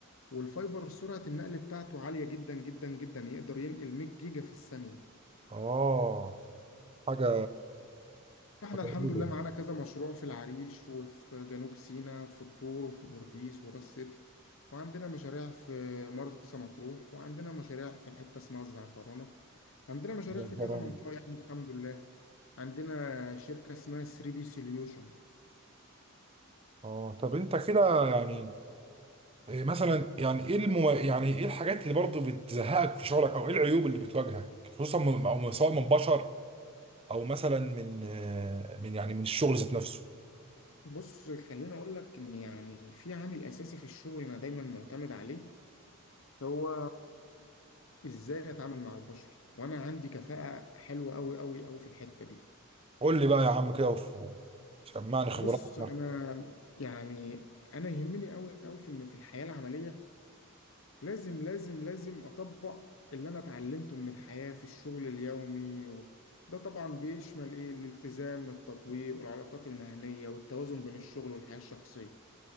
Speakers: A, on the left; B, on the right.
A: والفايبر سرعة النقل بتاعته عالية جدا جدا جدا يقدر ينقل 100 جيجا في الثانية
B: اه حاجه
A: احنا
B: حاجه
A: الحمد
B: جميله
A: لله معانا كذا مشروع في العريش وفي جنوب سيناء في الطور وفي بورديس وراس سدر وعندنا مشاريع في مرسى مطروح وعندنا مشاريع في حتة اسمها الزعفرانة عندنا مشاريع
B: زعفرانه
A: في كذا منطقة يعني الحمد لله عندنا شركة اسمها 3 بي سوليوشن
B: اه طب انت كده يعني إيه مثلا يعني ايه المم... يعني ايه الحاجات اللي برضه بتزهقك في شغلك او ايه العيوب اللي بتواجهك خصوصا من... أو من- سواء من بشر او مثلا من آه، من يعني من الشغل ذات نفسه
A: بص خليني اقول لك ان يعني في عامل اساسي في الشغل انا دايما معتمد عليه هو ازاي اتعامل مع البشر وانا عندي كفاءة حلوة قوي قوي قوي في الحتة دي
B: قول لي بقى يا عم كده وف- وسمعني خبراتك
A: بص انا يعني انا يهمني قوي قوي في ان في الحياه العمليه لازم لازم لازم اطبق اللي انا اتعلمته من الحياه في الشغل اليومي و... ده طبعا بيشمل ايه الالتزام التطوير والعلاقات المهنيه والتوازن بين الشغل والحياه الشخصيه